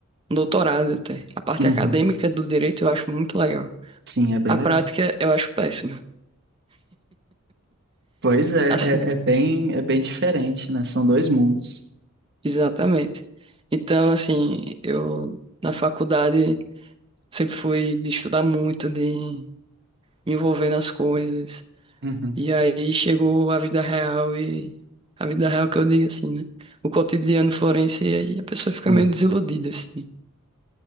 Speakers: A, on the right; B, on the right.
A: um doutorado até. A parte
B: uhum.
A: acadêmica do direito eu acho muito legal.
B: Sim, é bem
A: A
B: legal.
A: prática eu acho péssima.
B: Pois é,
A: Assim,
B: é, é bem, é bem diferente, né? São dois mundos.
A: exatamente. Então, assim, eu na faculdade sempre fui de estudar muito, de envolvendo as coisas.
B: Uhum,
A: E aí chegou a vida real e a vida real que eu digo assim, né? O cotidiano forense e aí a pessoa fica
B: sim,
A: meio desiludida, assim.